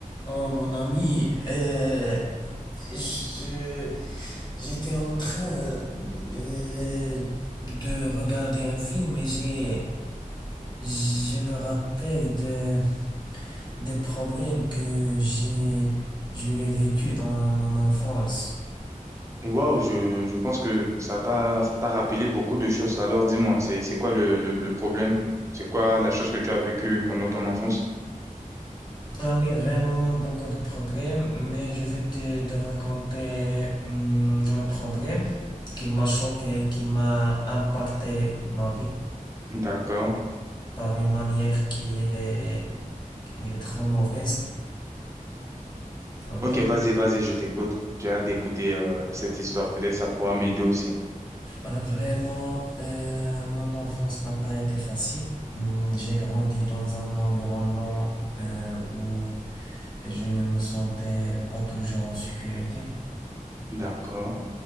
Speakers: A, on the left; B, on the right.
A: Oh mon ami, euh, je, j'étais en train euh, de regarder un film et j'ai, je me rappelle de, des problèmes que j'ai, j'aurais vécu dans mon enfance.
B: Waouh, je, je pense que ça t'a, ça t'a rappelé beaucoup de choses. Alors dis-moi, c'est, c'est quoi le, le, le problème? C'est quoi la chose que tu as vécue pendant ton enfance?
A: Ah oui, vraiment beaucoup de problèmes, mais je vais te, te raconter hum, un problème qui m'a choqué, qui m'a impacté ma vie
B: D'accord.
A: par une manière qui est, qui est très mauvaise. Ok.
B: Ok, vas-y, vas-y, je t'écoute. J'ai hâte d'écouter euh, cette histoire. Peut-être ça pourra m'aider aussi.
A: Euh, vraiment, euh, mon enfance n'a pas été facile. Hum, J'ai grandi dans un environnement euh, où je ne me sentais pas toujours en sécurité.
B: D'accord.